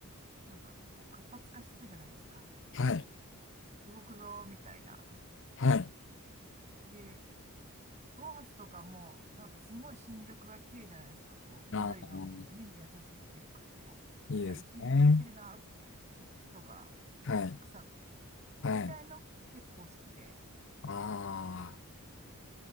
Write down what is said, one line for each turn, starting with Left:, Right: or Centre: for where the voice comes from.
Right: なんかこう活発化していくじゃないですか。
Left: はい。
Right: 動くぞーみたいな。
Left: はい。
Right: で、ローズとかも、なんかすごい新緑が綺麗じゃないですか。こう、緑の目に優しいっていうか、
Left: ああ、
Right: こう、
Left: いいですね。
Right: あ、生き生きしてるなっていう木、木とか
Left: はい。
Right: 草が、
Left: はい。
Right: みたいの結構好きで。
Left: ああ。